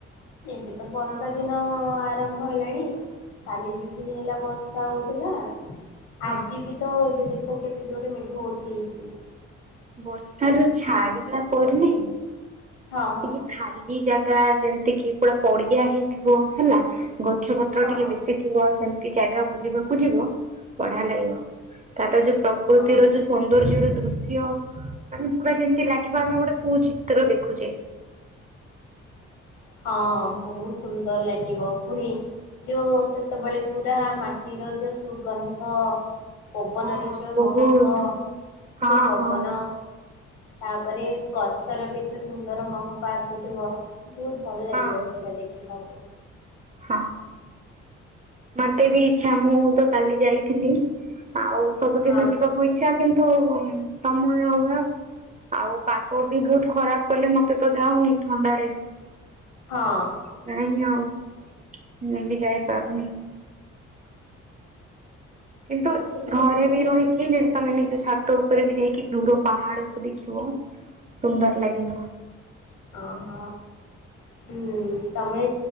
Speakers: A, on the left (about 65°); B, on the right (about 20°).
A: ଏବେ ତ ବର୍ଷା
B: ନା
A: ଦିନ ଆରମ୍ଭ ହେଲାଣି କାଲି ଯି ଦିନି ହେଲା ବର୍ଷା ହଉଥିଲା
B: ହଁ
A: ଆଜି ବି ତ ଏବେ ଦେଖ କେତେ ଜୋରରେ ମେଘ ଉଠେଇଚି।
B: ବର୍ଷା ରୁ ଛାଡିଲା ପରେ ନାଇଁ
A: ହଁ ହଁ
B: ଟିକେ ଖାଲି ଜାଗା ଯେମତି କି ପୁରା ପଡିଆ ହେଇଥିବ ହେଲା ଗଛ ପତ୍ର
A: ହଁ
B: ଟିକେ ବେଶୀ ଥିବ ସେମତି ଜାଗା ବୁଲିବାକୁ ଯିବ ବଢିଆ ଲାଗିବ ତାର ଯୋଉ ପ୍ରକୃତିର
A: ହଁ ହଁ
B: ଯୋଉ ସୌନ୍ଦର୍ଯ୍ୟ ର ଦୃଶ୍ୟ। ମାନେ ପୁରା ଯେମତି ଲାଗିବ ଆମେ ଗୋଟେ କୋଉ ଚିତ୍ର ଦେଖୁଚେ।
A: ହଁ ବହୁତ ସୁନ୍ଦର ଲାଗିବ ପୁଣି। ଯୋଉ ସେତବଳେ ପୁରା ମାଟିର ଯୋଉ ସୁଗନ୍ଧ ପବନ
B: ହଁ
A: ଯଉ
B: ବହୁତ
A: ମହକ
B: ହଁ
A: ଯଉ ପବନ।
B: ହଁ
A: ତାପରେ ଗଛର ବି ତ ସୁନ୍ଦର ମହକ ଆସୁଥିବ ବ ଭଲ ଲାଗିବ
B: ହଁ
A: ସେଇଟା ଦେଖିବାକୁ।
B: ହଁ ମତେ ବି ଇଛା ମୁଁ ତ କାଲି ଯାଇଥିଲି ଆଉ ସବୁଦିନ
A: ହଁ
B: ଯିବାକୁ ଇ ଛା କିନ୍ତୁ ସମୟ ଅଭାବ। ଆଉ ପାଗ ବି ବହୁତ ଖରାପ କଲେ ମତେ ତ ଯାଉନି ଥଣ୍ଡାରେ।
A: ହଁ
B: ଖେ ପାଇଁ ଆଉ ମୁଁ ବି ଯାଇପାରୁନି। କିନ୍ତୁ
A: ଆଉ କିଛି
B: ଘରେ
A: ନାହିଁ
B: ବି ରହିକି ତମେ ନେଇକି ଛାତ ଉପରେ ବି ଯାଇକି ଦୂର ପାହାଡକୁ ଦେଖିବ ସୁନ୍ଦର ଲାଗିବ।
A: ଅହ ହୁଁ ତମେ